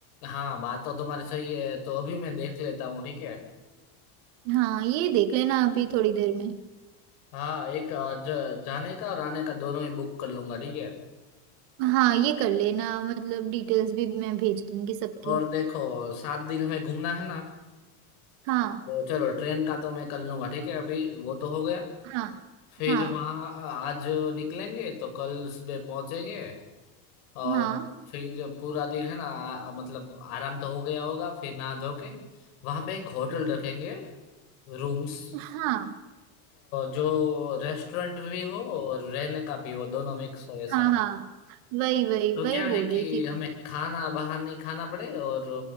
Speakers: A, on the left; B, on the right.
A: हाँ बात तो तुम्हारी सही है तो अभी मैं देख लेता हूँ ठीक है
B: हाँ ये देख लेना अभी थोड़ी देर में
A: हाँ एक अ, ज, जाने का और आने का दोनों ही बुक कर लूंगा ठीक है
B: हाँ ये कर लेना मतलब डिटेल्स भी मैं भेज दूंगी सबकी
A: और देखो सात दिन हमें घूमना है ना
B: हाँ
A: तो चलो ट्रेन का तो मैं कर लूंगा ठीक है अभी वो तो हो गया
B: हाँ
A: फिर
B: हाँ
A: वहाँ आज निकलेंगे तो कल सुबह पहुंचेंगे और
B: हाँ
A: फिर पूरा दिन है ना आ, मतलब आराम तो हो गया होगा फिर नहा धो के वहाँ पे एक होटल रखेंगे रूम्स
B: हाँ
A: जो रेस्टोरेंट भी हो और रहने का भी हो दोनों मिक्स हो ऐसा
B: हाँ हाँ वही वही
A: तो
B: वही
A: क्या
B: बोल
A: है कि
B: रही थी
A: हमें खाना बाहर नहीं खाना पड़े और